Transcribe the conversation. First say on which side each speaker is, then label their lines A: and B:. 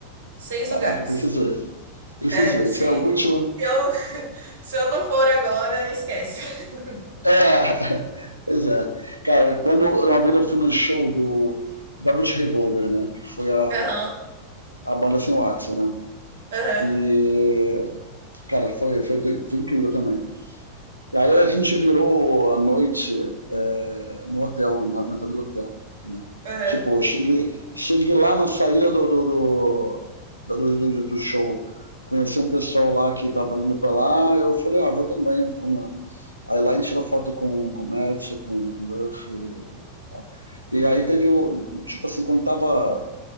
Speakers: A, on the right (about 60°); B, on the left (about 85°).
A: Seis
B: Caraca,
A: lugares.
B: preciso ir. Preciso
A: É,
B: ir.
A: se,
B: Essa é a última.
A: se eu, <laughs> se eu não for agora, esquece. <laughs>
B: É, <laughs> pois é. Cara, quando eu- uma vez eu fui no show do Velvet Revolver, né? Que foi a,
A: Aham,
B: a banda sem o Axel, né?
A: aham,
B: E, cara, foi, foi, foi incrível também. E aí a gente virou a noite é, no hotel, na, entrada do hotel, né?
A: aham,
B: Tipo, eu cheguei, cheguei lá na saída do, do, do, do, do- do show, conheci um pessoal lá que tava indo pra lá, eu falei, ah, vou também, vamos lá. Aí lá a gente tirou foto com, com o Matt, com, com o Duff e tal. E aí teve o, tipo assim, quando tava